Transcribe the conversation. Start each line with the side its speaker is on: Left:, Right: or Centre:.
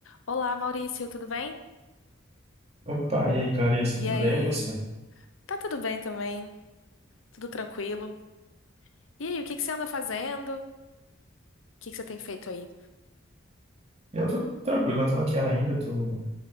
Left: Olá, Maurício, tudo bem?
Right: Opa, e aí, Clarice,
Left: E
Right: tudo
Left: aí?
Right: bem, e você?
Left: Tá tudo bem também? Tudo tranquilo? E aí, o que que você anda fazendo? O que que você tem feito aí?
Right: Eu tô tranquilo, eu tô naquela ainda, tô,